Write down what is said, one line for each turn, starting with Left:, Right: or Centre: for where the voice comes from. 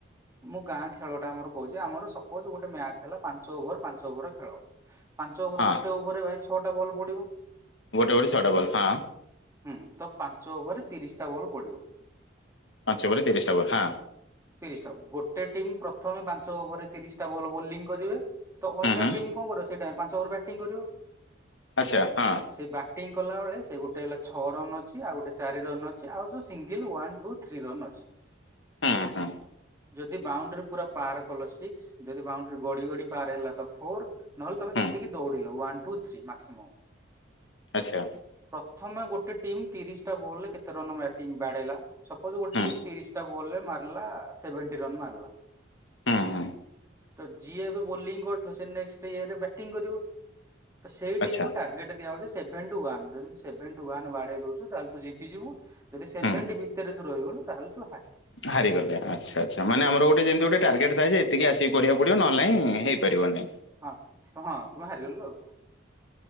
Right: ମୁଁ ଗାଁ ଖେଳଟା ଆମର କହୁଛି ଆମର ସପୋଜ ଗୋଟେ ମ୍ୟାଚ ହେଲା ପାଞ୍ଚ ଓଭର ପାଞ୍ଚ ଓଭର ଖେଳ ପାଞ୍ଚ ଓଭର
Left: ହଁ
Right: ଗୋଟେ ଓଭରରେ ଭାଇ ଛଅଟା ବଲ୍ ପଡ଼ିବ
Left: ଗୋଟେ ଗୋଟେ ଛଟା ବଲ୍ ହଁ।
Right: ହୁଁ ତ ପାଞ୍ଚ ଓଭରେ ତିରିଶି ଟା ବୋଲ୍ ପଡ଼ିବ।
Left: ପାଞ୍ଚୋ ଓଭରେ ତିରିଶି ଟା ବଲ୍ ହଁ।
Right: ତିରିଶି ଟା ବୋଲ୍ ଗୋଟେ ଟିମ୍ ପ୍ରଥମେ ପାଞ୍ଚ ଓଭରରେ ତିରିଶ ଟା ବୋଲ୍ ବୋଲିଂ କରିବେ। ତ ଅନ୍ୟ
Left: ହୁଁ ହୁଁ
Right: ଟିମ୍ କଣ କରିବ ସେଇଟା ପାଞ୍ଚ ଓଭର ବ୍ୟାଟିଂ କରିବ।
Left: ଆଚ୍ଛା ହଁ।
Right: ସେଇ ବ୍ୟାଟିଂ କଲାବେଳେ ସେ ଗୋଟେ ହେଲା ଛଅ ରନ୍ ଅଛି ଆଉ ଗୋଟେ ଚାରି ରନ୍ ଅଛି ଆଉ ଯୋଉ single one two three run ଅଛି।
Left: ହୁଁ ହୁଁ।
Right: ଯଦି ବାଉଣ୍ଡରି ପୁରା ପାର କଲ ସିକ୍ସ ଯଦି ବାଉଣ୍ଡରି ଗଡ଼ି ଗଡ଼ି ପାର ହେଲା ତ ଫୋର ନହେଲେ ତମେ
Left: ହୁଁ
Right: ଯେତିକି ଦୌଡିଲ ୱା ଟୁ ଥ୍ରୀ ମାକ୍ସିମମ୍
Left: <inaudible> ଆଚ୍ଛା।
Right: ପ୍ରଥମେ ଗୋଟେ ଟିମ୍ ତିରିଶି ଟା ବୋଲରେ କେତେ ରନ୍ ବ୍ୟାଟିଂ ବାଡେ଼ଇଲା ସପୋଜ ଗୋଟେ
Left: ହୁଁ
Right: ଟିମ୍ ତିରିଶି ଟା ବଲ୍ ରେ ମାରିଲା ସେଭେନ୍ ଟି ରନ୍ ମାରିଲା
Left: ହୁଁ ହୁଁ।
Right: ତ ଯିଏ ଏବେ ବୋଲିଂ କରୁଥିବ ସେ ନେଟ୍ସେ ଇୟରେ ବ୍ୟାଟିଂ କରିବ। ତ ସେଇ
Left: ଆଚ୍ଛା
Right: ଟିମ୍ କୁ ଟାର୍ଗେଟ ଦିଆ ହଉଚି ସେଭେନ୍ ଟୁ ୱାନ୍ ଯଦି ତୁ ସେଭେନ୍ ଟୁ ୱାନ୍ ବାଡ଼େଇ ଦଉଚ ତାହେଲେ ତୁ ଜତିଯିବୁ ଯଦି ସେଭେନଟି
Left: ହୁଁ
Right: ଭିତରେ ତୁ ରହିଗଲୁ ତାହେଲେ ତୁ ହାରିିବୁ
Left: ହାରିଗଲେ ଆଚ୍ଛା ଆଚ୍ଛା। ମାନେ ଆମର ଗୋଟେ ଯେମିତି ଗୋଟେ ଟାର୍ଗେଟ ଥାଏ ଯେ ଏତିକି ଆସିିକି କରିବାକୁ ପଡିବ ନହେଲେ ନାଇଁ ପାରିବନି।
Right: ହଁ ତ ହଁ ତୁମେ ହାରିଗଲ ଆଉ।